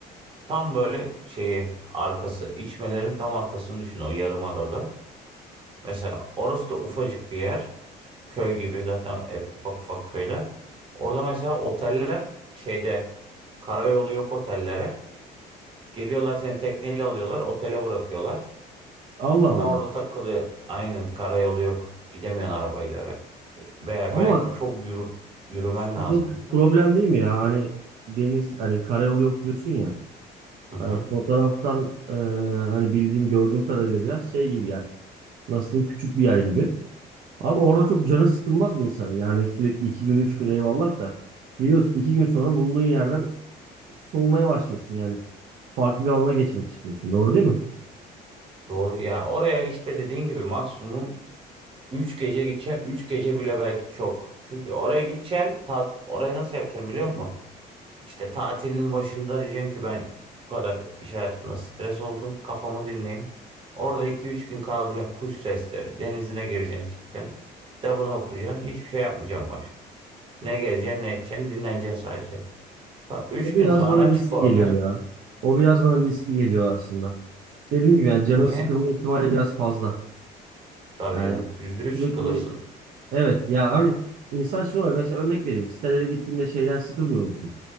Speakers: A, on the right (about 30°); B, on the right (about 55°).
A: tam böyle şeyi arkası. içmelerin tam arkasını düşün o yarımadada. Mesela orası da ufacık bir yer. köy gibi zaten hep ufak ufak köyler. Orada mesela oteller şeyde karayolu yok otellere. Geliyorlar seni tekneyle alıyorlar otele bırakıyorlar.
B: Allah Allah.
A: Daha orada takılıyor. Aynen karayolu yok. Gidemiyorsun arabayla ve, ve
B: Ama
A: belki çok yürü, yürümen
B: suda
A: lazım da.
B: problem değil mi ya? Hani deniz hani karayolu yok diyorsun ya.
A: Hı hı.
B: E, fotoğraftan e, hani bildiğim gördüğüm kadarıyla biraz şey gibi yer. Nasıl diyeyim, küçük bir yer gibi. Abi orada çok canı sıkılmaz mı insanın? Yani sürekli iki gün üç gün eyvallah da. Biliyorsun iki gün sonra bulunduğun yerden soğumaya başlıyorsun yani. Farklı bir alana geçmek istiyorsun. Doğru değil mi?
A: Doğru ya oraya işte dediğin gibi maksimum 3 gece gideceksin. üç gece bile belki çok. Çünkü oraya gideceksin. tat- orayı nasıl yapacaksın biliyor musun? İşte tatilin başında diyeceksin ki ben bu kadar iş hayatında stres oldum. Kafamı dinleyeyim. Orada iki üç gün kalacaksın. Kuş sesleri. Denizine gireceksin çıkacaksın. Kitabını okuyacaksın. Hiçbir şey yapmayacaksın başka. Ne gezeceksin ne edeceksin. Dinleneceksin sadece. Sonra 3
B: O biraz
A: gün sonra
B: bana riskli
A: çık orada.
B: geliyor ya. O biraz bana riskli geliyor aslında. Dediğim gibi yani canın
A: Niye?
B: sıkılma ihtimali biraz fazla.
A: Tabii
B: Yani
A: canım. Yüzde yüz
B: sürekli
A: sıkılırsın.
B: evet ya hani insan şunu oluyor. Mesela örnek vereyim. Sitelere gittiğinde şeyden sıkılmıyor musun?